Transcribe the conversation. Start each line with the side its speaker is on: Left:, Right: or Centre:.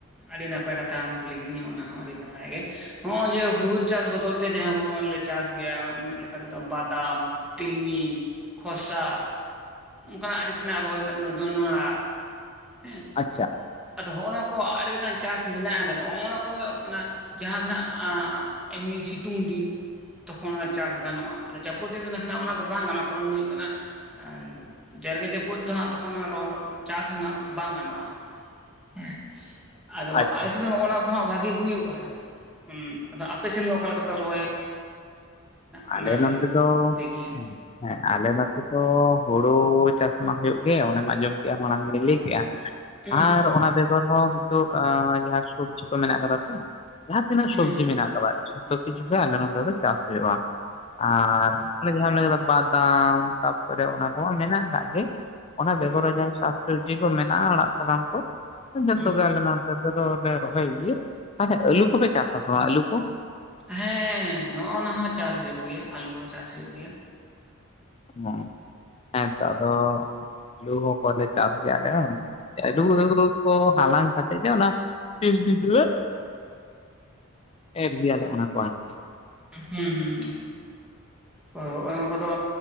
Centre: ᱟᱹᱰᱤ ᱱᱟᱯᱟᱭ ᱠᱟᱛᱷᱟᱢ ᱠᱩᱞᱤ ᱠᱤᱫᱤᱧᱟ ᱚᱱᱟ ᱦᱚᱸ ᱟᱹᱰᱤ ᱱᱟᱯᱟᱭ ᱜᱮ᱾ ᱦᱚᱸᱜᱼᱚᱭ ᱡᱮ ᱦᱩᱲᱩ ᱪᱟᱥ ᱵᱚᱫᱚᱞ ᱛᱮ ᱡᱟᱦᱟᱸ ᱵᱚᱱ ᱞᱮ ᱪᱟᱥ ᱜᱮᱭᱟ ᱢᱤᱫ ᱞᱮᱠᱟ ᱛᱮ ᱫᱚ ᱵᱟᱫᱟᱢ᱾ ᱛᱤᱞᱢᱤᱧ, ᱠᱷᱚᱥᱟ᱾ ᱚᱱᱠᱟᱱᱟᱜ ᱟᱹᱰᱤ ᱛᱮᱱᱟᱜ ᱨᱚᱦᱚᱭ ᱢᱮᱱᱟᱜ ᱛᱟᱢᱟ ᱡᱚᱱᱚᱲᱟ ᱦᱮᱸ᱾
Left: ᱟᱪᱪᱷᱟ᱾
Centre: ᱟᱫᱚ ᱦᱚᱸᱜᱼᱚ ᱱᱚᱣᱟ ᱠᱚ ᱟᱹᱰᱤ ᱞᱮᱠᱟᱱ ᱪᱟᱥ ᱢᱮᱱᱟᱜ ᱟᱠᱟᱫᱟ᱾ ᱦᱚᱸᱜᱼᱚ ᱱᱟ ᱠᱚ ᱢᱟᱱᱟ ᱡᱟᱦᱟᱸ ᱛᱤᱱᱟᱜ ᱟᱸ ᱮᱢᱱᱤ ᱥᱤᱛᱩᱝ ᱫᱤᱱ᱾ ᱛᱚᱠᱷᱚᱱ ᱱᱚᱣᱟ ᱪᱟᱥ ᱜᱟᱱᱚᱜᱼᱟ᱾ ᱟᱫᱚ ᱪᱟᱯᱩᱫ ᱫᱤᱱ ᱫᱚ ᱱᱟᱥᱮᱱᱟᱜ ᱚᱱᱟ ᱫᱚ ᱵᱟᱝ ᱜᱟᱱᱚᱜᱼᱟ ᱠᱟᱨᱚᱱ ᱦᱩᱭᱩᱜ ᱠᱟᱱᱟ ᱟᱸᱱ ᱡᱟᱨᱜᱮ ᱡᱟᱹᱯᱩᱫ ᱫᱚ ᱦᱟᱸᱜ ᱛᱚᱠᱷᱚᱱᱚ ᱨᱚᱦᱚ ᱪᱟᱥ ᱫᱚ ᱱᱟᱦᱟᱜ ᱵᱟᱝ ᱜᱟᱱᱚᱜᱼᱟ᱾ ᱦᱮᱸ ᱟᱫᱚ
Left: ᱟᱪᱪᱷᱟ
Centre: ᱟᱞᱮ ᱥᱮᱫ ᱫᱚ ᱦᱚᱸᱜᱼᱚᱱᱟ ᱦᱚᱸᱣᱟᱜ ᱵᱷᱟᱜᱤ ᱦᱩᱭᱩᱜᱼᱟ ᱦᱟᱸᱜ᱾ ᱟᱫᱚ ᱟᱯᱮ ᱥᱮᱱ ᱜᱮ ᱚᱠᱟ ᱞᱮᱠᱟ ᱯᱮ ᱨᱚᱦᱚᱭᱟ? ᱚᱱᱟᱛᱮ
Left: ᱟᱞᱮ ᱱᱚᱱᱛᱮ ᱫᱚ
Centre: ᱞᱟᱹᱭ ᱠᱮᱭᱟ
Left: ᱦᱮᱸ᱾ ᱦᱮᱸ ᱟᱞᱮ ᱱᱚᱛᱮ ᱫᱚ ᱦᱳᱲᱳ ᱪᱟᱥ ᱢᱟ ᱦᱩᱭᱩᱜ ᱜᱮ ᱚᱱᱮᱢ ᱟᱸᱡᱚᱢ ᱠᱮᱫᱼᱟ ᱢᱟᱲᱟᱝ ᱞᱤᱧ ᱞᱟᱹᱭ ᱠᱮᱜᱼᱟ᱾
Centre: ᱦᱩᱸ
Left: ᱟᱨ ᱚᱱᱟ ᱵᱮᱜᱚᱨ ᱦᱚᱸ ᱦᱤᱛᱚᱜ ᱟᱸ ᱡᱟᱦᱟᱸ ᱥᱚᱵᱽᱡᱤ ᱠᱚ ᱢᱮᱱᱟᱜ ᱟᱠᱟᱫᱟ ᱥᱮ᱾ ᱡᱟᱦᱟᱸ ᱛᱤᱱᱟᱹᱜ
Centre: ᱦᱩᱸ
Left: ᱥᱚᱵᱡᱤ
Centre: ᱦᱩᱸ
Left: ᱢᱮᱱᱟᱜ ᱟᱠᱟᱫᱟ ᱡᱷᱚᱛᱚ ᱠᱤᱪᱷᱩ ᱜᱮ ᱟᱞᱮ ᱱᱚᱰᱮ ᱫᱚ ᱪᱟᱥ ᱦᱩᱭᱩᱜᱼᱟ᱾ ᱟᱨ
Centre: ᱚ
Left: ᱚᱱᱮ ᱡᱟᱦᱟᱸᱢ ᱞᱟᱹᱭ ᱠᱟᱫᱟ ᱵᱟᱫᱟᱢ ᱛᱟᱯᱟᱨᱮ ᱚᱱᱟ ᱠᱚ ᱢᱟ ᱢᱮᱱᱟᱜ ᱟᱠᱟᱜ ᱜᱮ᱾ ᱚᱱᱟ ᱵᱮᱜᱚᱨ
Centre: ᱦᱩᱸ
Left: ᱨᱮ ᱡᱟᱦᱟᱸ ᱥᱟᱠ ᱥᱚᱵᱽᱡᱤ ᱠᱚ ᱢᱮᱱᱟᱜᱼᱟ, ᱟᱲᱟᱜ ᱥᱟᱠᱟᱢ ᱠᱚ, ᱛᱚ ᱡᱚᱛᱚ
Centre: ᱦᱩᱸ
Left: ᱜᱮ ᱟᱞᱮ ᱱᱚ ᱛᱮ ᱫᱚᱞᱚ ᱞᱮ ᱨᱚᱦᱚᱭ ᱜᱤᱭᱟ᱾ ᱟᱹᱞᱩ ᱠᱚᱯᱮ ᱪᱟᱥ ᱟᱥᱮ ᱵᱟᱝ ᱟᱹᱞᱩ ᱠᱚ?
Centre: ᱦᱮᱸᱻ ᱱᱚᱜᱼᱚᱱᱟ ᱦᱚᱸ ᱪᱟᱥ ᱦᱩᱭᱩᱜ ᱜᱮᱭᱟ᱾ ᱟᱞᱩ ᱦᱚᱸ ᱪᱟᱥ ᱦᱩᱭᱩᱜ ᱜᱮᱭᱟ᱾
Left: ᱢᱚᱸ᱾ ᱦᱮᱸ ᱛᱚ ᱟᱫᱚ ᱟᱹᱞᱩ ᱦᱚᱸ ᱠᱚᱞᱮ ᱪᱟᱥ ᱜᱮᱭᱟ ᱟᱞᱮ ᱦᱚᱸ ᱟᱹᱞᱩ <unintelligible> ᱠᱚ ᱦᱟᱞᱟᱝ ᱠᱟᱛᱮᱫ ᱜᱮ ᱚᱱᱟ ᱛᱤᱞ ᱵᱤᱫᱩᱭᱟᱹ ᱮᱨ ᱜᱮᱭᱟ ᱞᱮ ᱚᱱᱟ ᱠᱚ ᱟᱨᱠᱤ᱾
Centre: ᱦᱩᱸ ᱦᱩᱸ ᱦᱩᱸ ᱚ ᱚᱱᱟ ᱠᱚᱫᱚ